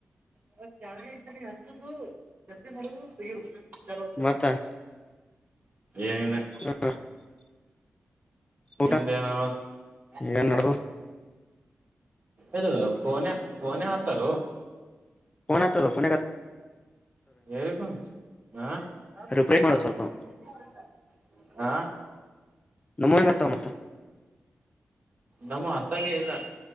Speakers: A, on the right (about 45°); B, on the left (about 25°).
A: ಅದನ್ ಚಾರ್ಜ ಇಟ್ಟಿಲ್ಲಿಗ ಹಚ್ಚುದು ಕೆಂತಿ ಮಾಡೂದು ತಗಿದು ಚಲೂ <unintelligible>
B: ಮತ್ತ
A: ಏನಿನ.
B: <unintelligible> ಊಟ
A: ನಿಂದೆನಾವತ್ <unintelligible>
B: ಏನ್ ನಡ್ದದ
A: ಇದು ಫೋನ್ಯಾ ಫೋನ್ಯಾ ಹತ್ತದೊ
B: ಫೊನ್ ಹತ್ತದೊ ಪೊನ್ಯಾ
A: ಹೇಳಿಪಾ ಹ್ಮಾ <unintelligible> <unintelligible>
B: ರಿಫ್ರೆಶ್ ಮಾಡೋದು ಸ್ವಲ್ಪ
A: ಹ್ಮಾ
B: ನಮ್ಮುವ ಹೆಂಗ ಹತ್ತಾವ್ ಮತ್ತ್.
A: ನಮ್ಮುವ ಹತ್ತಂಗೆ ಇಲ್ಲಾ.